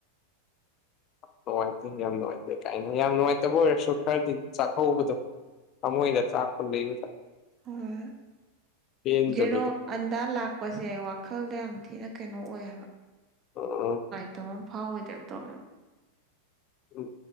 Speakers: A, on the left; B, on the right.
A: ꯅꯨꯡꯉꯥꯏꯇꯦ ꯌꯥꯝ ꯅꯨꯡꯉꯥꯏꯇꯦ ꯀꯥꯏꯅ ꯌꯥꯝ ꯅꯨꯡꯉꯥꯏꯇꯕ ꯑꯣꯏꯔꯁꯨ ꯈꯔꯗꯤ ꯆꯥꯛꯍꯧꯕꯗꯣ ꯊꯃꯣꯏꯗ ꯆꯥꯛ ꯂꯩꯕ
B: ꯍꯣꯏ
A: ꯄꯦꯟꯗꯕꯗꯣ
B: ꯖꯦꯔꯣ ꯑꯟꯗꯥ ꯂꯥꯛꯄꯁꯦ ꯋꯥꯈꯜꯗ ꯌꯥꯝ ꯊꯤꯅ ꯀꯩꯅꯣ ꯑꯣꯏꯌꯦꯕ
A: ꯑꯣ ꯑꯣ
B: ꯇꯕ ꯑꯃ ꯐꯥꯎꯋꯏꯗꯕ ꯇꯧꯋꯦꯕ
A: ꯎꯝ